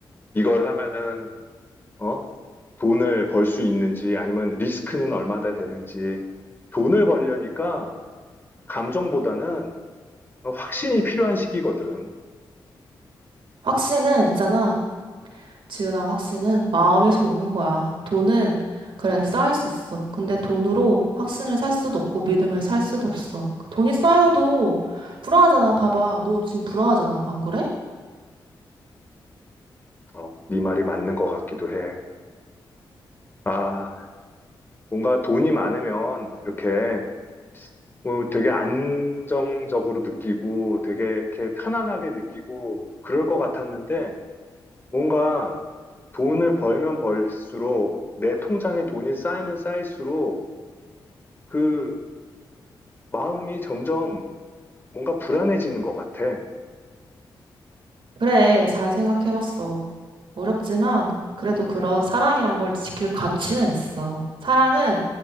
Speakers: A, on the left; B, on the right.
A: 이걸 하면은, 어? 돈을 벌 수 있는지, 아니면 리스크는 얼마나 되는지, 돈을 벌려니까 감정보다는 확신이 필요한 시기거든.
B: 확신은 있잖아. 지훈아, 확신은 마음에서 오는 거야. 돈은, 그래, 쌓일 수 있어. 근데 돈으로 확신을 살 수도 없고 믿음을 살 수도 없어. 돈이 쌓여도 불안하잖아. 봐봐. 너 지금 불안하잖아. 안 그래?
A: 어, 네 말이 맞는 것 같기도 해. 아, 뭔가 돈이 많으면 이렇게 뭐 되게 안정적으로 느끼고 되게 이렇게 편안하게 느끼고 그럴 것 같았는데, 뭔가 돈을 벌면 벌수록 내 통장에 돈이 쌓이면 쌓일수록 그 마음이 점점 뭔가 불안해지는 것 같아.
B: 그래, 잘 생각해봤어. 어렵지만, 그래도 그런 사랑이란 걸 지킬 가치는 있어. 사랑은